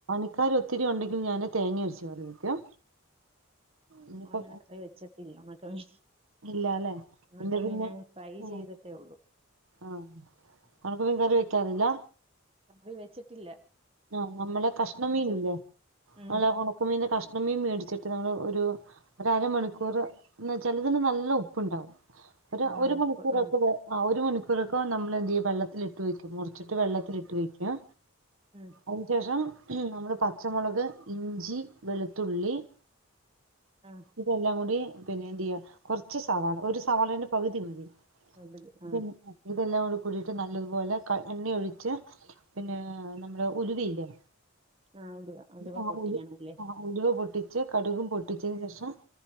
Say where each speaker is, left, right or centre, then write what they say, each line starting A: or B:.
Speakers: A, on the right; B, on the right.
A: ആൾക്കാർ ഒത്തിരി ഉണ്ടെങ്കിൽ ഞാൻ തേങ്ങ അരച്ച് കറി വെക്കും
B: <unintelligible>
A: ഇനിയിപ്പോ
B: അങ്ങനെ കറി വെച്ചിട്ടില്ല <unintelligible>
A: ഇല്ലാല്ലേ
B: ഉണക്ക
A: എന്താ പിന്നെ
B: മീന് ഫ്രൈ
A: ആ
B: ചെയ്തിട്ടേ ഉള്ളു
A: ആ- നിനക്ക് മീൻകറി വെക്കാൻ അറിയില്ല
B: കറി വെച്ചിട്ടില്ല
A: ആ- നമ്മളെ കഷ്ണമീൻ
B: അതാ ഞാൻ ചോദിച്ചെ.
A: ഇല്ലേ-
B: ഉം.
A: നമ്മളെ ഉണക്കമീൻ കഷ്ണമീൻ മേടിച്ചിട്ട് നമ്മള് ഒരു ഒരമണിക്കൂർ എന്ന വച്ചാൽ ഇതിന് നല്ല ഉപ്പുണ്ടാവും ഒരു
B: ആ
A: ഒരു
B: ഉപ്പ്
A: മണിക്കൂർ
B: ആ
A: ഒക്കെ <unintelligible> ആ ഒരു മണിക്കൂർ <unintelligible> നമ്മൾ എന്ത് ചെയ്യ വെള്ളത്തിട്ട് വെക്കും മുറിച്ചിട്ട് വെള്ളത്തിട്ട് വയ്ക്കുക
B: ഉം
A: അതിനുശേഷം നമ്മള് പച്ചമുളക്- ഇഞ്ചി- വെളുത്തുള്ളി-
B: ആ.
A: ഇതെല്ലാം കൂടി പിന്നെ എന്ത് ചെയ്യാ കുറച്ച് സവാള ഒരു സവാളന്റെ പകുതി മതി-
B: <unintelligible> ആ
A: ഇത ഇതെല്ലാം കൂടി കൂടിട്ട് നല്ലതുപോലെ എണ്ണ ഒഴിച്ച് പിന്നെ നമ്മുടെ ഉലുവയില്ലേ
B: ആഹ് ഉലുവ- ഉലുവ
A: ആ
B: പൊട്ടിക്കണംല്ലേ
A: ഉലു ആ ഉലുവ പൊട്ടിച്ച് കടുകും പൊട്ടിച്ചതിനന് ശേഷം-